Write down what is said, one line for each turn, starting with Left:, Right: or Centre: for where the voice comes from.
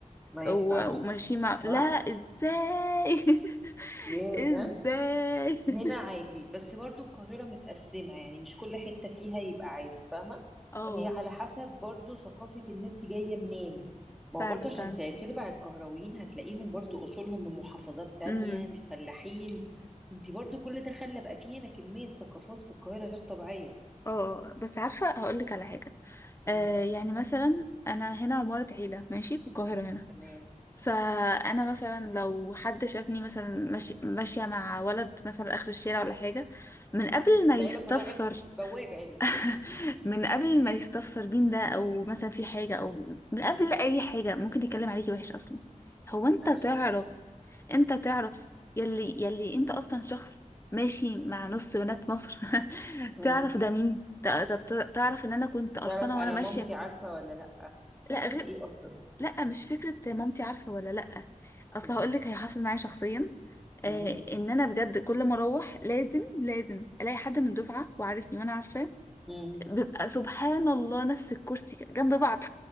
Centre: ما
Left: و-
Centre: ينفعش
Left: وماشيين مع لا
Centre: صح
Left: ازاي <laughs>
Centre: ياه بجد
Left: ازاي <laughs>
Centre: هنا عادي بس برضو القاهرة متقسمة يعني مش كل حتة فيها يبقى عادي فاهمة
Left: اه
Centre: هي على حسب برضو ثقافة الناس دي جاية منين ما
Left: فعلا
Centre: هو برضو عشان
Left: فعلا
Centre: ت- تربع القهراويين هتلاقيهم برضو أصولهم من محافظات تانية
Left: امم
Centre: من فلاحين انتي برضو كل ده خلى بقى فيه هنا كمية ثقافات في القاهرة غير طبيعية
Left: اه بس عارفه هقول لك على حاجه آه
Centre: امم
Left: يعني مثلا انا هنا عماره عيله ماشي في القاهره هنا
Centre: تمام
Left: فانا مثلا لو حد شافني مثلا ماشي ماشيه مع ولد مثلا اخر الشارع ولا حاجه من قبل ما
Centre: العيلة
Left: يستفسر
Centre: كلها عرفت البواب عرف
Left: <laughs> من قبل ما يستفسر بين ده او مثلا في حاجة او من
Centre: <laughs>
Left: قبل اي
Centre: امم
Left: حاجة ممكن يتكلم عليكي وحش اصلا هو انت
Centre: ايوه
Left: تعرف انت تعرف يلي يلي انت اصلا شخص ماشي مع نص بنات مصر <laughs>
Centre: امم
Left: تعرف ده مين تع- طب تع- تعرف ان انا كنت قرفانة
Centre: تعرف انا
Left: وانا ماشية
Centre: مامتي عارفة ولا لأ تعرف
Left: لا غير
Centre: ايه اصلا
Left: لا مش فكرة مامتي عارفة ولا لا اصل
Centre: امم
Left: هقولك هي حصل معايا شخصيا آه
Centre: امم
Left: ان انا بجد كل ما اروح لازم لازم الاقي حد من الدفعة وعارفني وانا عارفاه
Centre: امم
Left: بيبقى سبحان الله نفس الكرسي جنب بعض